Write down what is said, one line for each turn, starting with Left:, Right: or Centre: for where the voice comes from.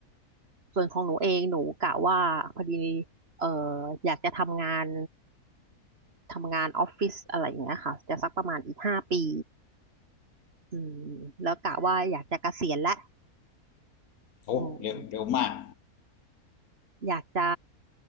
Right: ส่วนของหนูเองหนูกะว่าพอดีเอ่ออยากจะทำงาน ทำงานออฟฟิศอะไรอย่างเงี้ยค่ะจะสักประมาณอีกห้าปีอืมแล้วกะว่าอยากจะเกษียณแล้ว
Left: โอ้เร็วเร็วมาก
Right: อืมอยากจะ